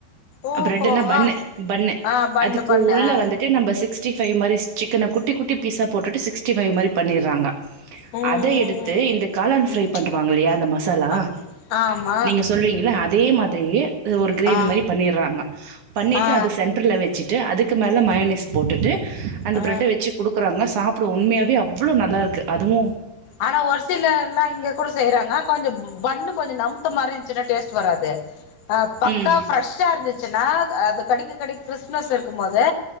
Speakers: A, on the left; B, on the right.
A: ஓஹோ
B: ப்ரெட்டுனா பண்ணு
A: ஆ
B: பண்ணு
A: ஆ பண்ணு
B: அதுக்கு
A: பண்ணு
B: உள்ள
A: ஆ
B: வந்துட் டு நம்ம சிக்ஸ்டி ஃபைவ் மாரி சிக்கன குட்டி குட்டி பீஸா போட்டுட்டு சிக்ஸ்டி ஃபைவ் மாரி பண்ணிறாங்க
A: ம்
B: அத
A: ம்
B: எடுத்து
A: ம்
B: இந்த காளான்
A: ம்
B: ஃப்ரை பண்ணுவாங்க இல்லையா இந்த மசாலா
A: அ ஆமா
B: நீங்க சொல்வீங்கள்ல அதே மாதிரி ஒரு கிரேவி
A: ஆ
B: மாரி பண்ணிறாங்க பண்ணிட்டு
A: ஆ
B: அது சென் ருல வச்சுட்டு அதுக்கு மேலே மயோனஸ் போட்டுட்டு அந்த
A: ஆ
B: ப்ரெட்ட வச்சு குடுக்கறாங்க சாப் றோ உண்மையாவே அவ்ளோ நல்லாருக்கு அதுவு
A: ஆனா ஒரு சிலர்லா இங்க கூட செய்றாங்க கொஞ்சோ பன் னு கொஞ்சோ நமுத்த மாரி இரு ந்துச்சுனா டேஸ்ட் வராது ஆ பக்கா
B: ம்.
A: ஃப்ரெஷ்ஷா இருந்துச்சுன்னா அத கடிக்க கடிக் கிறிஸ்மஸ் இருக்கும் போது